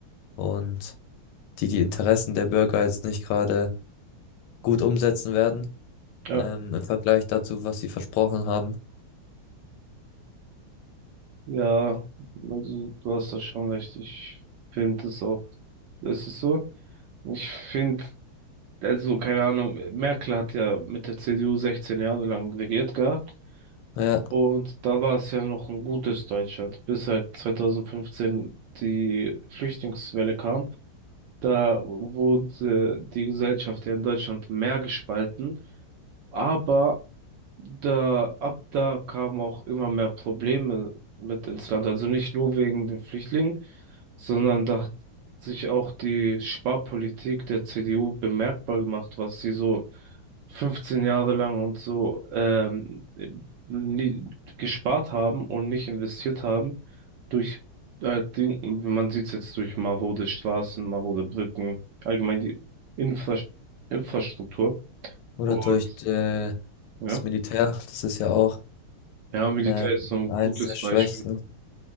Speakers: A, on the left; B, on the right.
A: und die die Interessen der Bürger jetzt nicht gerade gut umsetzen werden.
B: Ja.
A: ähm, im Vergleich dazu, was sie versprochen haben.
B: Ja, also du hast da schon recht. Ich finde es auch. Es ist so. Ich finde, also keine Ahnung, Merkel hat ja mit der CDU 16 Jahre lang regiert gehabt.
A: Ja,
B: Und da war es ja noch ein gutes Deutschland, bis halt 2015 die Flüchtlingswelle kam. Da wurde die Gesellschaft ja in Deutschland mehr gespalten. Aber da, ab da kamen auch immer mehr Probleme mit ins Land. Also nicht nur wegen den Flüchtlingen, sondern da hat sich auch die Sparpolitik der CDU bemerkbar gemacht, was sie so 15 Jahre lang und so ähm, nie, gespart haben und nicht investiert haben. Durch, äh, Ding, man sieht es jetzt durch marode Straßen, marode Brücken, allgemein die Infra Infrastruktur.
A: oder
B: Und
A: durch äh,
B: ja.
A: das Militär, das ist ja auch
B: Ja, Militär
A: äh,
B: ist so ein
A: eins
B: gutes
A: der Schwächsten,
B: Beispiel.